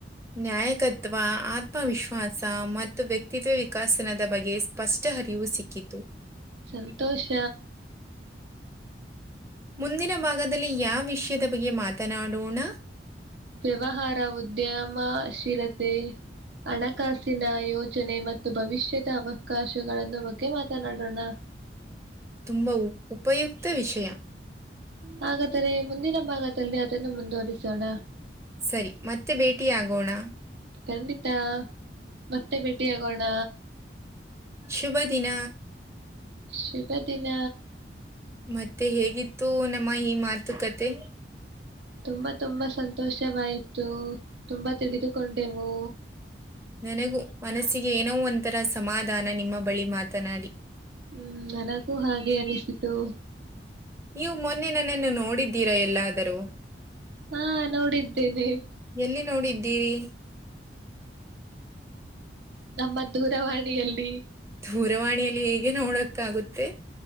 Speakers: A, on the right (about 15°); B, on the right (about 70°).
A: ನ್ಯಾಯಕತ್ವ ಆತ್ಮವಿಶ್ವಾಸ ಮತ್ತು ವ್ಯಕ್ತಿತ್ವ ವಿಕಸನದ ಬಗೆ. ಸ್ಷ್ಟ ಹರಿವು ಸಿಕ್ಕಿತು.
B: ಸಂತೋಷ.
A: ಮುಂದಿನ ಭಾಗದಲ್ಲಿ ಯಾವ ವಿಷಯದ ಬಗ್ಗೆ ಮಾತನಾಡೋಣ.
B: ವ್ಯವಹಾರ ಉದ್ಯಮ ಶೀಲತೆ. ಹಣಕಾಸಿನ ಯೋಜನೆ ಮತ್ತು ಭವಿಷ್ಯದ ಅವಕಾಶಗಳನ್ನು ಬಗ್ಗೆ ಮಾತನಾಡೋಣ.
A: ತುಂಬ ಉ ಉಪಯುಕ್ತ ವಿಷೆ.
B: ಹಾಗಾದರೆೆ ಮುಂದಿನ ಭಾಗದಲ್ಲಿ ಅದನ್ನು ಮುಂದುವರಿಸೋಣ.
A: ಸರಿ ಮತ್ತೆ ಭೇಟಿ ಆಗೋಣ.
B: ಕಖಂಡಿತಾ. ಮತ್ತೆ ಭೇಟಿಿಯಾಗೋಣ.
A: ಶುಭ ದಿನ
B: ಶುಭ ದಿನ.
A: ಮತ್ತೆ ಹೇಗಿತ್ತು ನಮ್ಮ ಈ ಮಾತುಕತೆ.
B: ತುಂಬಾ ತುಂಬಾ ಸಂತೋಷವಾಯ್ತು, ತುಂಬಾ ತಿಳಿದುಕೊಂಡೆವು.
A: ನನಗೂ ಮನಸ್ಸಿಗೆ ಏನೋ ಒಂಥರ ಸಮಾಧಾನ ನಿಮ್ಮ ಬಳಿ ಮಾತನಾಡಿ.
B: ಹ್ಮ್ ನನಗೂ ಹಾಗೆ ಅನಿಸಿತು.
A: ನೀವು ಮೊನ್ನೆ ನನನ್ನು ನೋಡಿದ್ದೀರಾ ಎಲ್ಲಾದರೂ.
B: ಹಾ ನೋಡಿದ್ದೇನೆ.
A: ಎಲ್ಲಿ ನೋಡಿದ್ದೀರಿ.
B: ನಮ್ಮ ದೂರವಾಣಿಯಲ್ಲಿ.
A: ದೂರವಾಣಿಯಲ್ಲಿ ಹೇಗೆ ನೋಡಕ್ಕಾಗುತ್ತೆ.